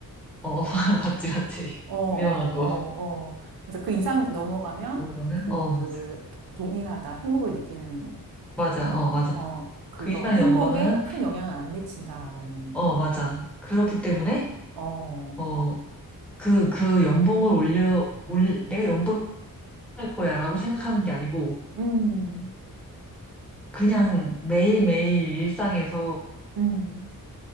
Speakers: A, in the centre; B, on the right.
A: 어, <laughs> 맞지, 맞지.
B: 어, 어, 어,
A: 유명한 거.
B: 어. 그래서 그 이상 넘어가면
A: 넘어가면,
B: 그
A: 어, 맞아.
B: 동일하다. 행복을 느끼는,
A: 맞아, 어, 맞아.
B: 어, 그거
A: 그 이상이
B: 행복에
A: 넘어가면은,
B: 큰 영향을 안 미친다라는,
A: 어, 맞아. 그렇기 때문에,
B: 어,
A: 어, 그, 그 연봉을 올려, 올, 내가 연봉할 거야 라고 생각하는 게 아니고,
B: 음,
A: 그냥 매일매일 일상에서
B: 음.